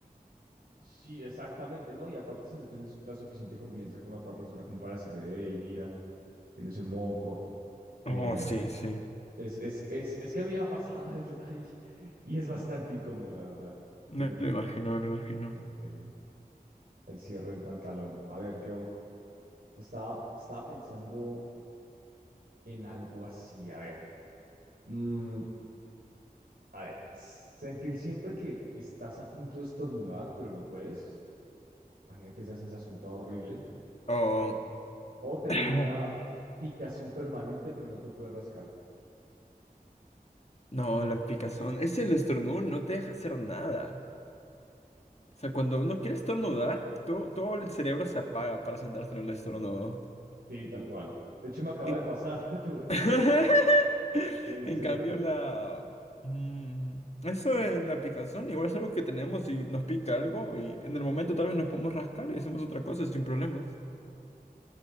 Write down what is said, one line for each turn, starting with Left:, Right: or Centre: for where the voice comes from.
Right: Sí, exactamente, ¿no? Y aparte, si no tienes la suficiente confianza con la otra persona como para decirle, hey, mira, tienes un moco.
Left: Oh,
Right: eh,
Left: sí, sí.
Right: es, es, es, es que a mí me ha pasado, <laughs> de verdad, y, y es bastante incómodo, la verdad.
Left: Me
Right: Prefiero
Left: lo imagino, me lo imagino.
Right: el, el, el cierre del pantalón. A ver, yo estaba, estaba pensando en algo así, a ver. Mm, A ver, sentir siempre que estás a punto de estornudar, pero no puedes. Imagínate esa sensación toda horrible.
Left: Oh,
Right: O tener
Left: <clears throat>
Right: una picazón permanente, pero no te puedes rascar.
Left: no, la picazón. Es el estornudo, no te deja hacer nada. O sea, cuando uno quiere estornudar, todo, todo el cerebro se apaga para centrarse en el estornudo.
Right: Sí, tal cual. De hecho, me acaba
Left: En,
Right: de pasar. <laughs> Tuve,
Left: <laughs>
Right: tuve, tuve. En serio, en
Left: en
Right: serio.
Left: cambio, la... mm, eso de la picazón igual es algo que tenemos y nos pica algo y en el momento tal vez nos podemos rascar y hacemos otra cosa sin problemas.